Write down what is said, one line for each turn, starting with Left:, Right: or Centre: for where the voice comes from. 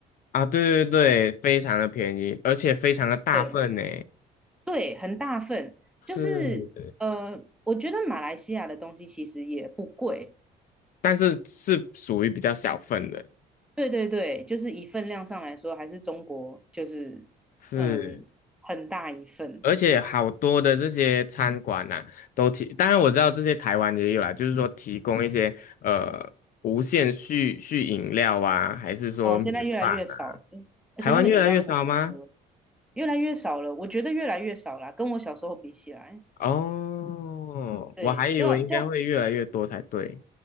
Left: 啊，对对对，非常的便宜，而且非常的大份呢，
Centre: 对对，很大份。
Left: 是，
Centre: 就是呃，我觉得马来西亚的东西其实也不贵，
Left: 但是是属于比较小份的，
Centre: 对对对，就是以份量上来说，还是中国就是嗯很大一份。
Left: 是，而且好多的这些餐馆呐、都提，当然我知道这些台湾也有啦，就是说提供一些呃无限续续饮料啊，还是说米饭啊，
Centre: 哦，现在越来越少了，而且那个饮料都很难喝，
Left: 台湾越来越少吗？
Centre: 越来越少了。我觉得越来越少了，跟我小时候比起来，
Left: 哦，
Centre: 对，
Left: 我还以为应该会越来越多才对。
Centre: 就就